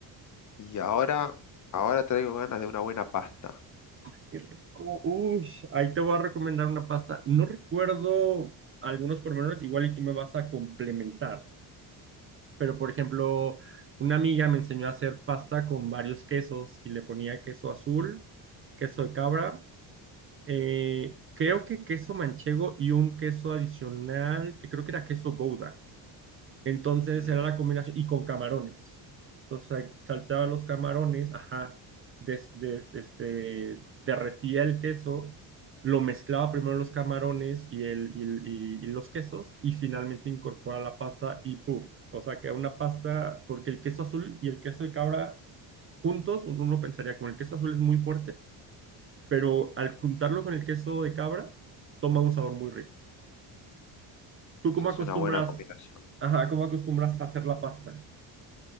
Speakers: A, on the left (about 40°); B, on the right (about 30°).
A: Y ahora, ahora traigo ganas de una buena pasta.
B: Qué rico. Uy, ahí te voy a recomendar una pasta. No recuerdo algunos pormenores, igual y tú me vas a complementar. pero por ejemplo, una amiga me enseñó a hacer pasta con varios quesos y le ponía queso azul, queso de cabra, eh, creo que queso manchego y un queso adicional, que creo que era queso gouda. Entonces
A: Mm,
B: era la combinación, y con camarones. Entonces saltaba los camarones, ajá, des- des- este, derretía el queso, lo mezclaba primero los camarones y, el, y, el- y- y los quesos, y finalmente incorpora la pasta y ¡puf! O sea, que una pasta, porque el queso azul y el queso de cabra juntos, uno pensaría, como el queso azul es muy fuerte, pero al juntarlo con el queso de cabra, toma un sabor muy rico. ¿Tú
A: esa
B: cómo
A: es
B: acostumbras,
A: una buena combinación.
B: ajá, cómo acostumbras a hacer la pasta?